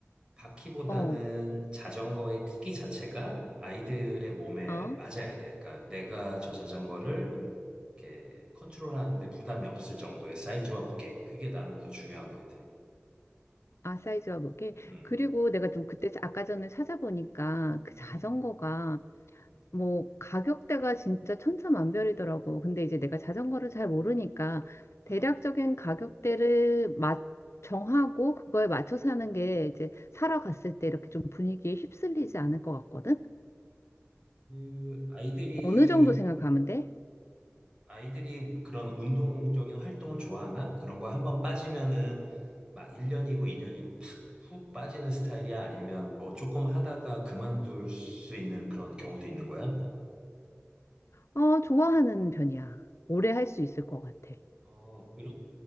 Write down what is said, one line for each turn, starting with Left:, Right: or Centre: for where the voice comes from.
Right: 바퀴보다는
Left: 어,
Right: 자전거의 크기 자체가 아이들의 몸에
Left: 어.
Right: 맞아야 돼. 그러니까 내가 저 자전거를 이렇게 컨트롤하는데 부담이 없을 정도의 사이즈와 무게. 그게 나는 더 중요한 것 같아.
Left: 아, 사이즈와 무게.
Right: 음,
Left: 그리고 내가 좀 그때 자- 아까 전에 찾아보니까 그 자전거가
Right: 음, 음,
Left: 뭐 가격대가 진짜 천차만별이더라고. 근데 이제 내가
Right: 음.
Left: 자전거를 잘 모르니까
Right: 어,
Left: 대략적인 가격대를 맞 정하고 그거에 맞춰서 하는 게 이제 사러 갔을 때 이렇게 좀 분위기에 휩쓸리지 않을 것 같거든.
Right: 그 아이들이
Left: 어느 정도 생각하면 돼?
Right: 아이들이 그런 운동적인 활동을 좋아하나? 그런 거 한 번 빠지면은 막 1년이고 2년이고 팍 훅 빠지는 스타일이야? 아니면 뭐 조금 하다가 그만둘 수 있는 그런 경우도 있는 거야?
Left: 어, 좋아하는 편이야. 오래 할 수 있을 것 같아.
Right: 어, 그